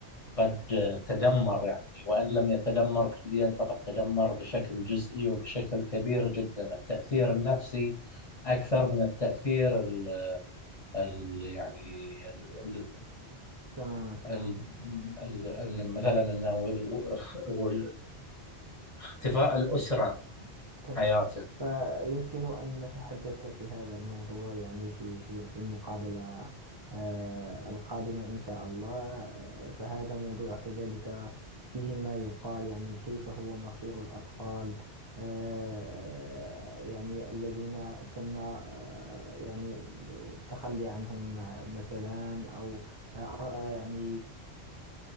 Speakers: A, on the left; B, on the right.
A: قد تدمر يعني وإن لم يتدمر كليا فقد تدمر بشكل جزئي وبشكل كبير جدا التأثير النفسي أكثر من التأثير ال ال يعني ال ال
B: تماما تماما
A: ال ال ال مثلا إنه و- و- اختفاء الأسرة عن
B: تماما
A: حياته
B: فيمكن أن نتحدث في هذا الموضوع يعني في في في المقابلة آه، القادمة إن شاء الله آه، فهذا موضوع كذلك فيه ما يقال يعني كيف هو مصير الأطفال آه، يعني الذين تم آه، يعني التخلي عنهم مثلا أو آه، يعني